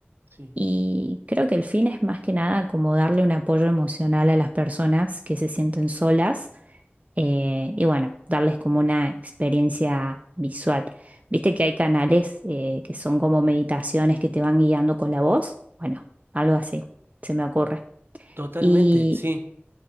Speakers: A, on the right (about 55°); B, on the right (about 35°).
A: Sí.
B: Y creo que el fin es más que nada como darle un apoyo emocional a las personas que se sienten solas eh, y bueno, darles como una experiencia visual. Viste que hay canales eh, que son como meditaciones que te van guiando con la voz. Bueno, algo así, se me ocurre.
A: Totalmente,
B: Y
A: sí.